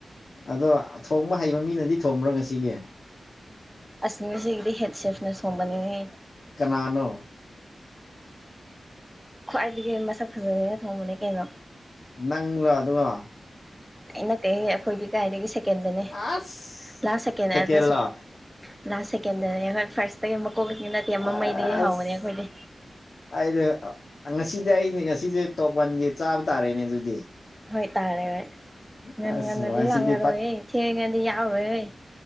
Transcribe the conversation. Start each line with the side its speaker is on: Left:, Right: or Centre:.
Left: ꯑꯗꯣ ꯊꯣꯡꯕ ꯍꯩꯕ ꯃꯤꯅꯗꯤ ꯊꯣꯡꯕ꯭ꯔꯥ ꯉꯁꯤꯒꯤ
Centre: ꯑꯁꯤꯒꯤꯗꯤ ꯍꯦꯠ ꯁꯦꯐꯅ ꯁꯣꯡꯕꯅꯤꯍꯦ
Left: ꯀꯅꯥꯅꯣ
Centre: ꯈ꯭ꯋꯥꯏꯗꯒꯤ ꯃꯁꯛ ꯐꯖꯕꯤꯅ ꯊꯣꯡꯕꯅꯤ ꯀꯩꯅꯣ
Left: ꯅꯪꯂꯣ ꯑꯗꯨꯒꯣ
Centre: ꯑꯩ ꯅꯠꯇꯦꯍꯦ ꯑꯩꯈꯣꯏꯒꯤ ꯀꯥꯏꯗꯒꯤ ꯁꯦꯀꯦꯟꯗꯅꯦ
Left: ꯑꯁ
Centre: ꯂꯥꯁ ꯁꯦꯀꯦꯟ
Left: ꯁꯦꯀꯦꯟꯂꯣ
Centre: ꯑꯗꯨꯁꯨ ꯂꯥꯁ ꯁꯦꯀꯦꯟꯗꯅꯦ ꯍꯣꯏ ꯐ꯭ꯥꯔꯁꯇꯒꯤ ꯃꯀꯣꯛ ꯅꯠꯇꯦ
Left: ꯑꯁ
Centre: ꯃꯃꯩꯗꯒꯤ ꯍꯧꯕꯅꯦ ꯑꯩꯈꯣꯏꯗꯤ
Left: ꯑꯩꯗꯤ ꯉꯁꯤꯗꯤ ꯑꯩꯅꯦ ꯉꯁꯤꯁꯦ ꯇꯣꯞ ꯋꯥꯟꯒꯤ ꯆꯥꯕ ꯇꯥꯔꯦꯅꯦ ꯑꯗꯨꯗꯤ
Centre: ꯍꯣꯏ ꯇꯥꯔꯦ ꯍꯣꯏ ꯉꯟ
Left: ꯑꯁ
Centre: ꯉꯟꯅꯗꯤ
Left: ꯉꯁꯤꯗꯤ
Centre: ꯂꯥꯛꯅꯔꯣꯏꯍꯦ ꯊꯦꯡꯉꯗꯤ ꯌꯥꯎꯔꯣꯏꯍꯩ